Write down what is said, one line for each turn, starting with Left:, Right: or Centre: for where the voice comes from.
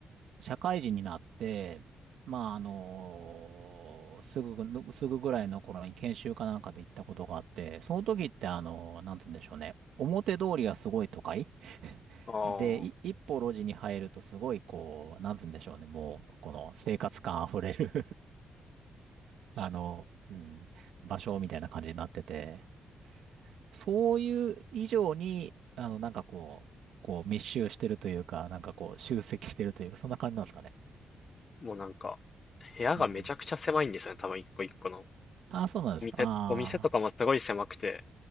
Right: 社会人になって、まあ、あの、すぐの、すぐぐらいの頃に研修かなんかで行ったことがあって、その時って、あの、なんつうんでしょうね。表通りがすごい都会 <laughs>
Left: ああ、
Right: で、い一歩路地に入るとすごい、こう、なんつうんでしょうね。もう、この生活感あふれるあの、うん、場所みたいな感じになってて、そういう以上に、あの、なんかこう、こう密集してるというか、なんかこう集積してるというか、そんな感じなんですかね。
Left: もうなんか部屋がめちゃくちゃ狭いんですよね。
Right: うん。
Left: 多分一個一個の。
Right: ああ、そうなんですか。
Left: お店、
Right: あ
Left: お店とかもすごい狭くて、